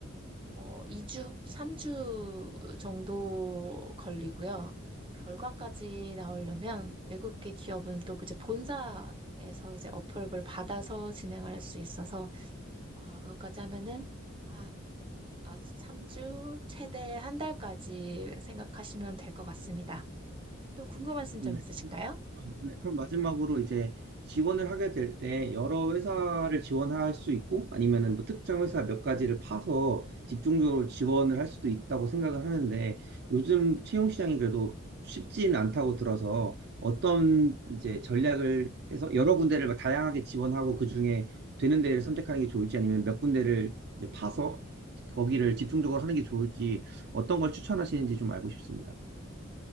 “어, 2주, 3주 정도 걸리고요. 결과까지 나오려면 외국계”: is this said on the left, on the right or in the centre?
Right